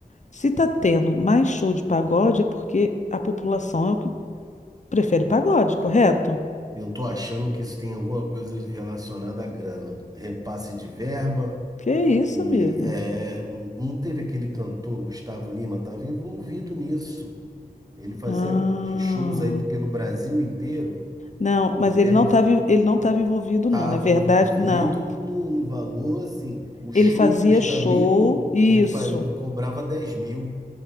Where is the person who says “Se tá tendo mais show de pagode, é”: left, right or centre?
Left